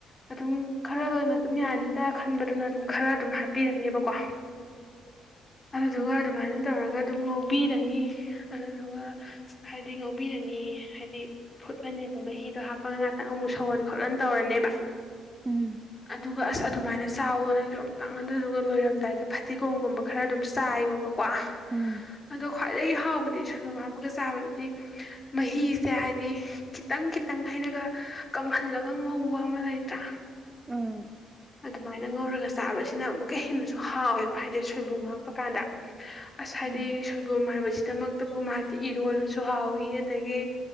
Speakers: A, on the left; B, on the right.
A: ꯑꯗꯨꯝ ꯈꯔꯅ ꯑꯗꯨꯝ ꯌꯥꯅꯤ ꯆ ꯈꯟꯕꯗꯨꯅ ꯑꯗꯨꯝ ꯈꯔ ꯑꯗꯨꯝ ꯍꯥꯞꯄꯤꯔꯅꯤꯕꯀꯣ ꯑꯗꯨꯗꯨꯒ
B: ꯎꯝ
A: ꯑꯗꯨꯃꯥꯏꯅ ꯇꯧꯔꯒ ꯑꯗꯨꯝ ꯉꯧꯕꯤꯔꯅꯤ ꯑꯗꯨꯗꯨꯒ ꯍꯥꯏꯗꯤ ꯉꯧ ꯕꯤꯔꯅꯤ ꯍꯥꯏꯗꯤ ꯐꯨꯠꯂꯅꯤꯕ ꯃꯍꯤꯗꯣ ꯍꯥꯞꯄꯒ ꯉꯥꯛꯇꯪ ꯑꯃꯨꯛ ꯁꯧꯍꯟ ꯈꯣꯠꯍꯟ ꯇꯧꯔꯅꯦꯕ
B: ꯎꯝ
A: ꯑꯗꯨꯒ ꯑꯁ ꯑꯗꯨꯃꯥꯏꯅ ꯆꯥꯎꯋꯣ ꯅꯪꯁꯨ ꯑꯝꯇꯪ ꯑꯗꯨꯗꯨꯒ ꯂꯣꯏꯔꯝꯗꯥꯏꯗ ꯐꯗꯤꯒꯣꯝꯒꯨꯝꯕ ꯈꯔ ꯑꯗꯨꯝ ꯆꯥꯏꯌꯣꯕ ꯋꯥ
B: ꯎꯝ
A: ꯑꯗꯣ ꯈ꯭ꯋꯥꯏꯗꯒꯤ ꯍꯥꯎꯕꯗꯤ ꯁꯣꯏꯕꯨꯝ ꯍꯥꯞꯄꯒ ꯆ ꯕꯗꯗꯤ ꯃꯍꯤꯁꯦ ꯍꯥꯏꯗꯤ ꯈꯤꯇꯪ ꯈꯤꯇꯪ ꯍꯩꯔꯒ ꯀꯪꯍꯜꯂꯒ ꯉꯧꯕ ꯑꯃ ꯂꯩꯇ꯭ꯔꯥ
B: ꯎꯝ
A: ꯃꯥꯏꯅ ꯉꯧꯔꯒ ꯆꯥꯕꯁꯤꯅ ꯑꯃꯨꯛꯀ ꯍꯦꯟꯅꯁꯨ ꯍꯥꯎꯋꯦꯕ ꯍꯥꯏꯗꯤ ꯁꯣꯏꯕꯨꯝ ꯍꯥ ꯞꯄ ꯀꯥꯟꯗ ꯑꯁ ꯍꯥꯏꯗꯤ
B: ꯑꯣ
A: ꯁꯣꯏꯕꯣꯝ ꯍꯥꯏꯕꯁꯤ ꯗꯃꯛꯇꯕꯨ ꯃꯥꯗꯤ ꯏꯔꯣꯜꯂꯁꯨ ꯍꯥꯎꯏꯤ ꯑꯗꯒꯤ